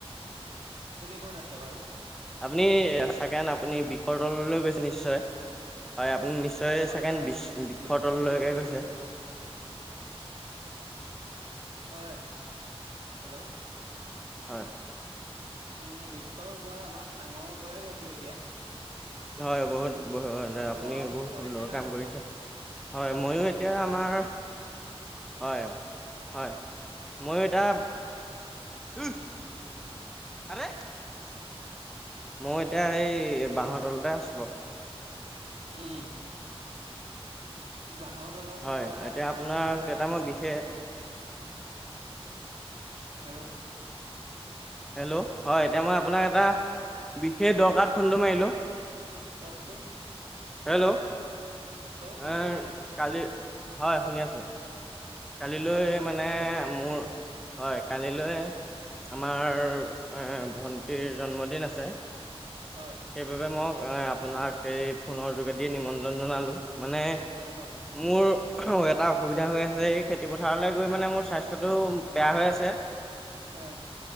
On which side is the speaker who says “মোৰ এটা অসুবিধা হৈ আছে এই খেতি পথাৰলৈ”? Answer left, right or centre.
Centre